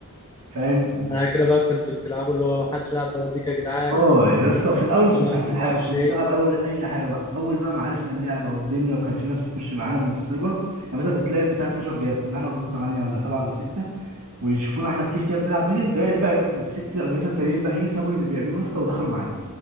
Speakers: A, on the right; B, on the left.
A: فاهم
B: على كده بقى كنتوا بتلعبوا اللي هو ما حدش يلعب بوازيك يا جدعان
A: اه يا اسطى في الاول ما
B: عشان
A: كناش عارفين
B: ما
A: حاجه
B: اعرفش
A: كنا
B: ايه
A: بنلعب اول اي حاجه بقى اول بقى ما عرفنا اللعبه والدنيا وكانت في ناس بتخش معانا من السايبر يعني مثلا كنت تلاقي البتاع 12 جهاز كنا احنا واخدين 8 ولا 7 ولا 6 ويشوفونا احنا كتير كده بنلعب ميدل تلاقي الباقي الست اجهزه التانيين الباقيين سابوا اللي بيعملوه يا اسطى ودخلوا معانا